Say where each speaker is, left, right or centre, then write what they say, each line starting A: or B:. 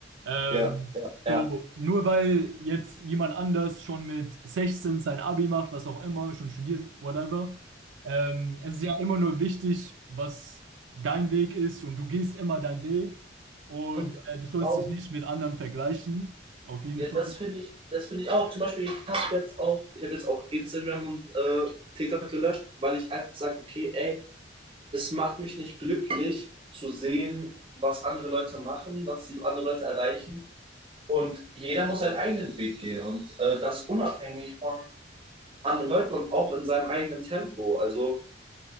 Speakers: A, on the right (about 75°); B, on the right (about 30°).
A: Ähm,
B: Ja, ja.
A: so, nur weil jetzt jemand anders schon mit 16 sein Abi macht, was auch immer, schon studiert, whatever, ähm, es ist ja immer nur wichtig, was dein Weg ist und du gehst immer deinen Weg und
B: Und
A: äh, du sollst
B: auch,
A: dich nicht mit anderen vergleichen. Auf jeden
B: ja,
A: Fall.
B: das finde ich, das finde ich auch. Zum Beispiel, ich habe jetzt auch, ich habe jetzt auch Instagram und äh, TikTok gelöscht, weil ich einfach sage, okay, ey, es macht mich nicht glücklich zu sehen, was andere Leute machen, was die andere Leute erreichen. Und jeder muss seinen eigenen Weg gehen und äh, das unabhängig von anderen Leuten und auch in seinem eigenen Tempo. Also,